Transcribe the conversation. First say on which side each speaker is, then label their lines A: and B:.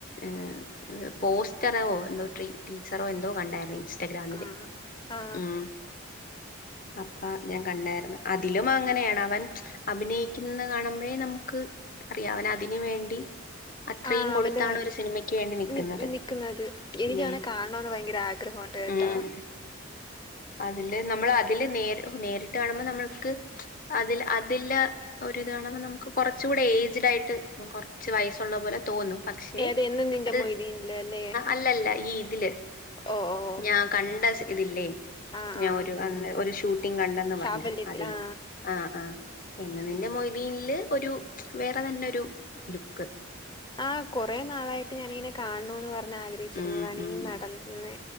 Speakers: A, on the left; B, on the left.
A: ആഹ് പോസ്റ്ററോ എന്തോ ട്രീ ടീസ്സറോ എന്തോ കണ്ടായിരുന്നു ഇൻസ് റ്റഗ്രാമില്
B: ആ ആ
A: ഉം. അപ്പ ഞാൻ കണ്ടായിരുന്നു അതിലും അങ്ങനെയാണ് അവൻ അഭിനയിക്കുന്നത് കാണുമ്പോഴേ നമുക്ക് അറിയാം അവൻ അതിന് വേണ്ടി അത്രയും
B: ആ
A: കൊടുത്താണ്
B: അവന്റെ
A: ഒരു സിനിമക്ക് വേണ്ടി നിക്കുന്നത്
B: നി നിക്കുന്നത് എനിക്ക്
A: ഉം
B: അവനെ കാണണന്ന് ഭയങ്കര ആഗ്രഹമുണ്ട് കേട്ടാ
A: ഉം അതില് നമ്മൾ അതില് നേരി നേരിട്ട് കാണുമ്പോൾ നമ്മൾക്ക് അതില് അതില് ഒരു ഇത് കാണുമ്പോ നമുക്ക് കുറച്ച കൂടെ ഏ ഏയ്ജ്ഡ് ആയിട്ട് കുറച്ച് വയസുള്ള പോലെ തോന്നും പക്ഷെ
B: ഏത് എന്നും നിന്റെ
A: അത്
B: മൊയ്തീനില് അല്ലേ
A: അല്ലല്ല ഈ ഇതില്
B: ഓ ഓ
A: ഞാൻ കണ്ട സി ഇതില്ലേ
B: ആ
A: ഞാൻ
B: ആ
A: ഒരു ഒരു ഷൂട്ടിങ് കണ്ടന്ന് പറഞ്ഞ്
B: സാഫല്യത്തിൽ
A: അതിൽ
B: ആ
A: ആഹ് ആഹ് എന്ന് നിന്റെ മൊയ്തീനില് ഒരു വേറെ തന്നെ ഒരു ലുക്ക്
B: ആ കുറെേ നാളായിട്ട് ഞാനിങ്ങനെ കാൻണൊന്ന് പറഞ് ആഗ്രഹിച്ചിരുന്നതാണ്
A: ഉം ഉം
B: ഇന്ന് നടന്ന്